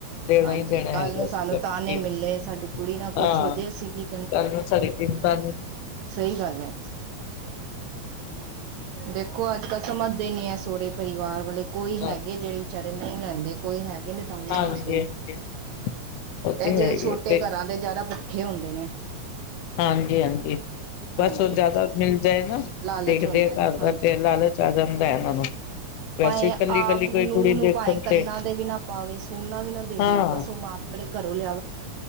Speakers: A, on the left; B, on the right.
A: ਦੇਨਾ
B: ਹਾਂਜੀ
A: ਈ ਦੇਨਾ
B: ਕੱਲ
A: ਹੈਗਾ
B: ਨੂੰ
A: ਅਸੀਂ
B: ਸਾਨੂੰ
A: ਤਾਂ ਆਪਨੀ
B: ਤਾਨੇ
A: ਧੀ
B: ਮਿਲੇ
A: ਨੂੰ,
B: ਸਾਡੀ ਕੁੜੀ ਨਾਲ ਕੁਛ
A: ਹਾਂ।
B: ਹੋ ਜੇ ਅਸੀਂ ਕੀ
A: ਕਲ ਨੂੰ ਸਾਡੀ ਧੀ ਨੂੰ ਕਆਂਗੇ ਤੇ
B: ਸਈ ਗੱਲ ਐ। ਦੇਖੋ ਅੱਜ ਕੱਲ ਸਮਝਦੇ ਨੀ ਐ ਸੋਰੇ ਪਰਿਵਾਰ ਵਾਲੇ ਕੋਈ
A: ਹਾਂ
B: ਹੈਗੇ ਵੀ ਜੇੜੇ ਵਿਚਾਰੇ ਨਈ ਲੈਂਦੇ ਕੋਈ ਹੈਗੇ ਨੇ। ਤਾਨੇ
A: ਹਾਂਜੀ
B: ਮਾਰਦੇ ਨੇ
A: ਹਾਂਜੀ ਉਹ ਤੇ
B: ਐ ਜੇੜੇ
A: ਹੈ ਹੀ
B: ਛੋਟੇ
A: ਹੈ
B: ਘਰਾਂ ਦੇ ਜ਼ਾਦਾ ਭੁੱਖੇ ਹੁੰਦੇ ਨੇ।
A: ਹਾਂਜੀ-ਹਾਂਜੀ
B: ਹਾਂਜੀ
A: ਬਸ ਓ ਜ਼ਾਦਾ ਮਿਲ ਜਾਏ ਨਾ
B: ਲਾਲਚ
A: ਦੇਖਦੇ
B: ਹੁੰਦਾ ਹੈ,
A: ਘਰ ਬਾਰ
B: ਹਾਂਜੀ
A: ਫੇਰ ਲਾਲਚ ਆ ਜਾਂਦਾ ਏਨ੍ਹਾਂ ਨੂੰ। ਵੈਸੇ
B: ਭਾਵੇ
A: ਕੱਲੀ
B: ਆਪ
A: ਕੱਲੀ ਕੋਈ
B: ਨੂੰਹ
A: ਕੁੜੀ
B: ਨੂੰ
A: ਦੇਖਣ
B: ਪਾਏ ਕੰਨਾਂ
A: ਤੇ
B: ਦੇ ਵੀ ਨਾ ਪਾਵੇ ਸੋਨਾ ਵੀ ਨਾ ਦੇਵੇ
A: ਹਾਂ
B: ਬਸ ਓ ਮਾਂ ਪ ਮਤਲਬ ਘਰੋਂ ਲਿਆਵੇ।